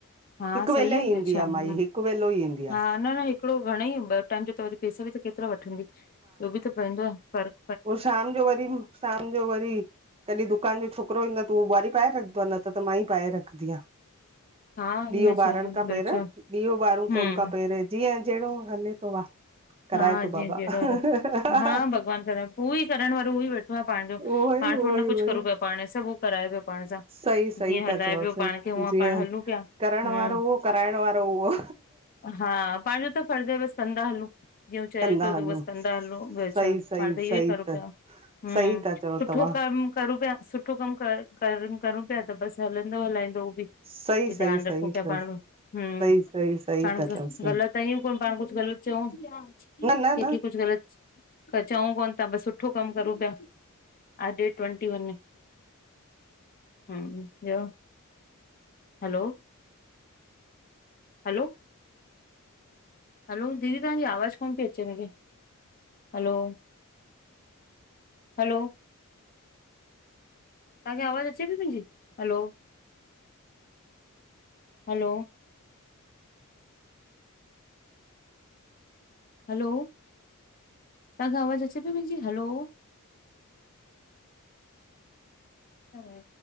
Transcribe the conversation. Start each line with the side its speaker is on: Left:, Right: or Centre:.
Left: हा
Right: हिकु
Left: सही
Right: वेलो
Left: आहे ॿियो
Right: ईंदी
Left: छा हम्म
Right: आ माई हिकु वेलो ई ईंदी
Left: हा
Right: आ
Left: न हिकिड़ो घणेई ॿ टाइम ॼा त वरी पैसा ॿि केतिरा वठंदी इहो बि त पेवंदो फ़र्क़
Right: पोइ शाम जो वरी शाम जो वरी कॾहिं दुकान जो छोकिरो ईंदो त ॿुहारी पाए रख ऊन न त त मां ई पाए रखंदिआ
Left: हा इनमें
Right: ॾिओ
Left: छा
Right: ॿारण
Left: आहे ॿियो
Right: खां पेंरा
Left: छा
Right: ॾिओ ॿारूं
Left: हम्म
Right: त हुन खां पेरं जीअ जेहिड़ो हले थो वाह कराए
Left: हा
Right: थो बाबा
Left: <unintelligible>
Right: उहोई
Left: हा भॻवान करण पूरी करण वारो उहो वेठो आ पानजो
Right: उहोई
Left: पाण थोरो न
Right: उहोई
Left: कुझु करूं पिया पाण सभु कराए पियो पाण सां
Right: सही सही
Left: जीअं हलाए
Right: था चओ
Left: बियो
Right: सही
Left: पाण खे उह
Right: जीअं
Left: पाण हलूं पिया
Right: करण
Left: हूं
Right: वारो उहो कराइण वारो उहो
Left: हा पंहिंजो त फर्ज़ आहे बसि कंदा हलूं ॿियो चए
Right: कंदा
Left: थो त
Right: हलूं।
Left: बसि कंदा
Right: सही
Left: हलूं ॿियो छा
Right: सही
Left: पाण त इहो
Right: सही
Left: ई करूं
Right: त
Left: पिया हूं,
Right: सही था चओ
Left: सुठो
Right: तव्हां
Left: करम करूं पिया सुठो कम कर कर करूं पिया त बसि हलंदो हलाईंदो <inaudible>
Right: सही सही
Left: ध्यानु
Right: सही
Left: रखूं पिया
Right: त
Left: पाण हम स
Right: सही सही सही
Left: पाण
Right: था चओ
Left: ग़लति
Right: न
Left: आहियूं को पाण कुझ ग़लत चउ कहिन्खे
Right: न न
Left: कुझु ग़लत त चऊं कोन था बसि सुठो कमु करू पिया ह डेट ट्वेंटी वन में हूं, ॿियो हलो हलो हलो दीदी तव्हांजी आवाज़ कोन पई अचे हिनखे हलो हलो तव्हांखे आवाज़ अचे पई मुंहिंजी हलो हलो हलो तव्हांखे आवाज़ु अचे पई मुंहिंजी हलो
Right: <inaudible>
Left: हा